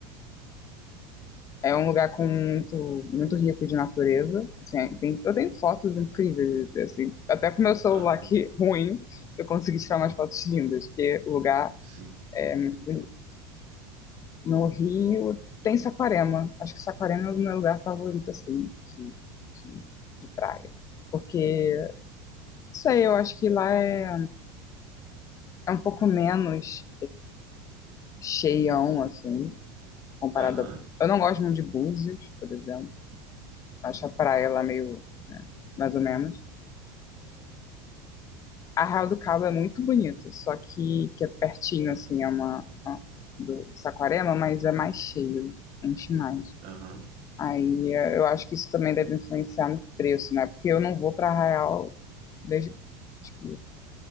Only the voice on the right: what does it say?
Aham.
Sim.
Aham.
Aham.